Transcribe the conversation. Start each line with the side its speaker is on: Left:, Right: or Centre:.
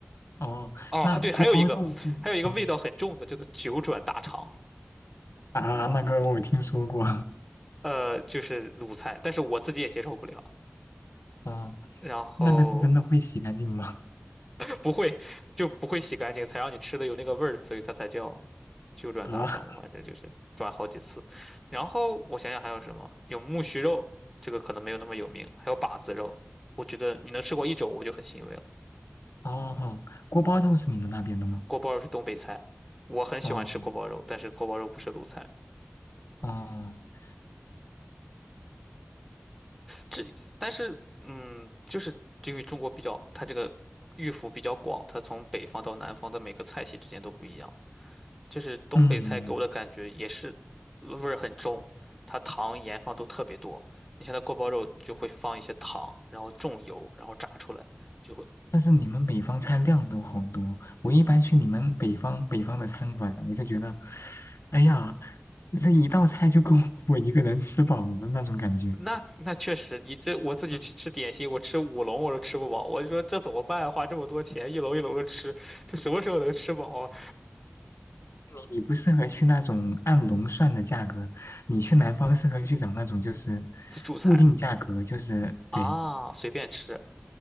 Left: 哦，
Centre: 哦，
Left: 那锅包肉是啊
Centre: 对，还有一个，还有一个味道很重的叫做九转大肠，
Left: 啊，那个我听说过，
Centre: 呃，就是卤菜，但是我自己也接受不了。
Left: <laughs> 啊，
Centre: 然后
Left: 那个是真的会洗干净吗？
Centre: 不会 <laughs> 就不会洗干净，才让你吃的有那个味儿，所以它才叫九转大肠。
Left: <laughs> 啊
Centre: 我反正就是转好几次。然后我想想还有什么，有木须肉，这个可能没有那么有名，还有把子肉。我觉得你能吃过一种，我就很欣慰了。
Left: 哦，锅包肉是你们那边的吗？
Centre: 锅包肉是东北菜，我很喜欢吃锅包肉，
Left: 哦
Centre: 但是锅包肉不是鲁菜。
Left: 哦
Centre: 这但是嗯，就是因为中国比较，它这个。御府比较广，它从北方到南方的每个菜系之间都不一样。就是东北菜给我的感觉也是味儿很重，
Left: 嗯。
Centre: 它糖盐放都特别多。你像那锅包肉就会放一些糖，然后重油，然后炸出来就会。
Left: 但是你们北方菜量都好多，我一般去你们北方北方的餐馆，我就觉得，哎呀，这一道菜就够我一个人吃饱的那种感觉。
Centre: 那那确实，你这我自己去吃点心，
Left: 嗯，
Centre: 我吃五笼我都吃不饱。我就说这怎么办啊花这么多钱，一笼一笼的吃，这什么时候能吃饱啊？
Left: 你你不适合去那种按笼算的价格，你去南方适合去找那种就是
Centre: 自助餐
Left: 固定价格，就是对
Centre: 啊，随便吃